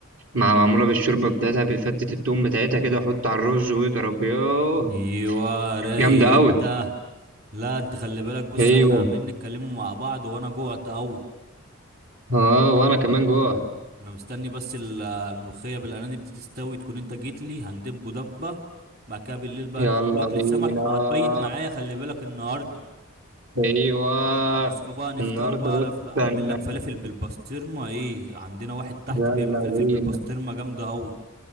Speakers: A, on the right; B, on the right.
A: مع معمولة بالشوربة بتاعتها بفتة التوم بتاعتها كده حط على الرز واضرب يوه
B: ايوه راي
A: جامدة قوي
B: انت لا انت خلي بالك بص
A: ايوه
B: احنا عمالين نتكلموا مع بعض وانا جوعت قوي
A: اه وانا كمان جوه
B: انا مستني بس ال- الملوخيه بالارانب دي تستوي تكون انت جيت لي هندب دبه بعد كده بالليل بقى
A: يلا
B: ناكل اكله
A: بينا
B: سمك وهتبيت معايا خلي بالك النهارده
A: ايوه
B: نصحوا بقى نفطروا
A: النهارده
B: بقى
A: بص
B: ف- اعمل
A: هن-
B: لك فلافل بالبسطرمه ايه عندنا واحد تحت
A: يلا
B: بيعمل فلافل
A: بينا
B: بالبسطرمه جامده قوي